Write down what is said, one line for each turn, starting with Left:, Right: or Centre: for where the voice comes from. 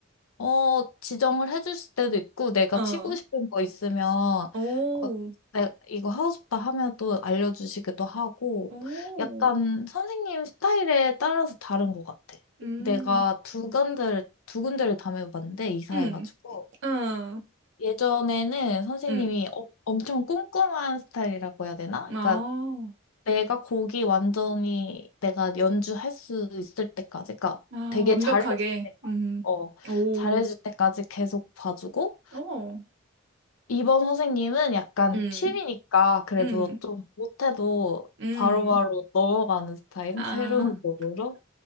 Left: 어, 지정을 해줄 때도 있고, 내가
Right: 어.
Left: 치고 싶은 거 있으면, 어,
Right: 오,
Left: 내, 이거 하고 싶다 하면 또 알려주시기도 하고,
Right: 오.
Left: 약간 선생님 스타일에 따라서 다른 것 같아.
Right: 음,
Left: 내가 두 군데를, 두 군데를 다녀봤는데, 이사해가지고.
Right: 음, 음,
Left: 예전에는 선생님이
Right: 음.
Left: 어- 엄청 꼼꼼한 스타일이라고 해야 되나?
Right: 아,
Left: 그러니까 내가 곡이 완전히 내가 연주할 수 있을 때까지, 그러니까
Right: 아,
Left: 되게
Right: 완벽하게.
Left: 잘해줄 때까지,
Right: 음,
Left: 어,
Right: 오,
Left: 잘해줄 때까지 계속 봐주고,
Right: 오,
Left: 이번 선생님은 약간
Right: 음,
Left: 취미니까 그래도
Right: 음,
Left: 좀 못해도
Right: 음.
Left: 바로바로 넘어가는 스타일?
Right: 아,
Left: <laughs> 새로운 곡으로?